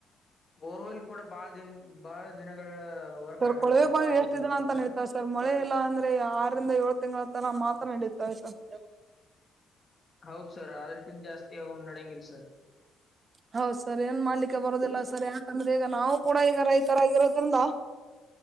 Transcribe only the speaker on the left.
ಬೋರ್ವೆಲ್ ಕೂಡ ಬಾಳ್ ದಿನ ಬಾಳ ದಿನಗಳ ವರ್ಕ್
ಆಗಲ್ಲ
ಬಾಳ
ದಿನಗಳ
ಹತ್ರ
ಹೌದ ಸರ್ ಅದ್ರಕಿನ್ ಜಾಸ್ತಿ ಯಾವು ನಡೆಂಗಿಲ್ ಸರ್.